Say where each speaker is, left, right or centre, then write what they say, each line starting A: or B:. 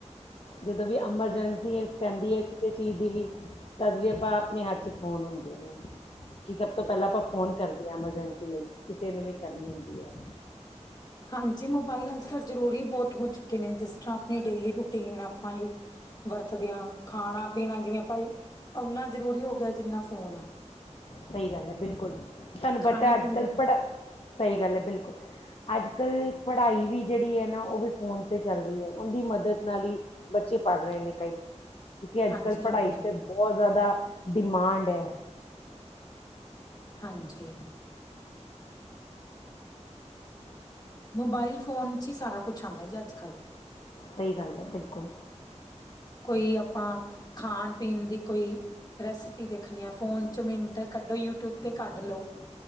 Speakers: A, on the left; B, on the left.
A: ਜਦੋਂ ਵੀ ਐਮਰਜੈਂਸੀ ਪੈਂਦੀ ਐ ਕਿਸੇ ਚੀਜ਼ ਦੀ ਵੀ ਤਦ ਵੀ ਆਪਾਂ ਆਪਣੇ ਹੱਥ 'ਚ ਫੋਨ ਹੁੰਦੇ ਨੇ। ਕਿ ਸਭ ਤੋਂ ਪੈਲਾਂ ਆਪਾਂ ਫੋਨ ਕਰਦੇ ਐਮਰਜੈਂਸੀ ਕਿਸੇ ਨੂੰ ਵੀ ਕਰਨੀ ਹੁੰਦੀ ਆ।
B: ਹਾਂਜੀ ਮੋਬਾਇਲ ਅੱਜ ਕੱਲ ਜ਼ਰੂਰੀ ਬੋਤ ਹੋ ਚੁੱਕੇ ਨੇ ਜਿਸ ਤਰ੍ਹਾਂ ਆਪਣੀ ਡੇਲੀ ਰੂਟੀਨ ਆਪਾਂ ਯੂ ਵਰਤਦਿਆਂ ਖਾਣਾ ਪੀਣਾ ਜਿਵੇਂ ਆਪਾਂ ਓਨਾ ਜ਼ਰੂਰੀ ਹੋ ਗਿਆ ਜਿੰਨਾ ਫੋਨ ਆ।
A: ਸਈ ਗੱਲ ਐ ਬਿਲਕੁਲ ਤੁਹਾਨੂੰ
B: ਖਾਣੇ
A: ਪਤਾ ਅੱਜ
B: ਪੀਣੇ
A: ਕੱਲ
B: ਦੇ
A: ਪੜ੍ਹਾ ਸਈ ਗੱਲ ਐ ਬਿਲਕੁਲ ਅੱਜ ਕੱਲ ਪੜ੍ਹਾਈ ਵੀ ਜੇੜੀ ਐ ਨਾ ਓ ਵੀ ਫੋਨ ਤੇ ਚੱਲ ਰਈ ਐ ਉਦੀ ਮਦਦ ਨਾਲ ਈ ਬੱਚੇ ਪੜ੍ਹ ਰਏ ਨੇ ਕਈ ਕਿਉਂਕਿ ਅੱਜ
B: ਹਾਂਜੀ
A: ਕੱਲ
B: ਹਾਂਜੀ
A: ਪੜ੍ਹਾਈ ਤੇ ਬੋਤ ਜਾਦਾ ਡਿਮਾਂਡ ਐ।
B: ਹਾਂਜੀ ਮੋਬਾਇਲ ਫੋਨ 'ਚ ਹੀ ਸਾਰਾ ਕੁਛ ਆਂਦਾ ਜੇ ਅੱਜ ਕਲ
A: ਸਈ ਗੱਲ ਏ ਬਿਲਕੁਲ
B: ਕੋਈ ਆਪਾਂ ਖਾਣ ਪੀਣ ਦੀ ਕੋਈ ਰੈਸਪੀ ਦੇਖਣੀ ਆ ਫੋਨ 'ਚ ਮਿੰਟ ਕੱਢੋ ਯੂਟਿਊਬ ਤੇ ਕੱਢ ਲੋ।